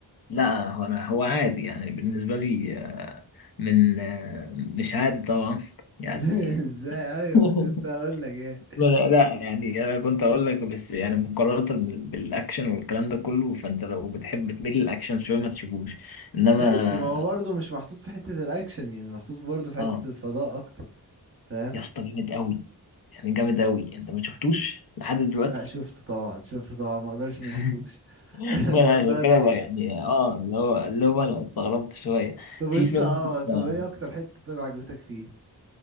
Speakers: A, on the left; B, on the right.
A: لا هو انا هو عادي يعني بالنسبه لي آه، من آه، مش عادي طبعا يعني
B: <laughs> ازاي ايوه
A: <laughs>
B: كنت لسه هقول لك ايه
A: لا لا، يعني انا كنت اقول لك بس يعني مقارنه بال- بالاكشن والكلام ده كله فانت لو بتحب تميل للاكشن شويه ما تشوفوش انما
B: ماشي ما هو برضه مش محطوط في حتة الاكشن يعني محطوط برضه في حتة
A: اه
B: الفضاء اكتر فاهم
A: يا اسطى جامد قوي يعني جامد قوي انت ما شفتوش لحد دلوقتي
B: لا شفته طبعا شفته طبعا ما اقدرش ما
A: <laughs>
B: اشوفوش <laughs>
A: ما انا
B: ما
A: عشان
B: اقدرش
A: كده بقى يعني اه اللي هو اللي هو انا استغربت شويه
B: <laughs> طب
A: في
B: انت
A: فيلم
B: اه
A: اسمه
B: طب ايه اكتر حتة طيب عجبتك فيه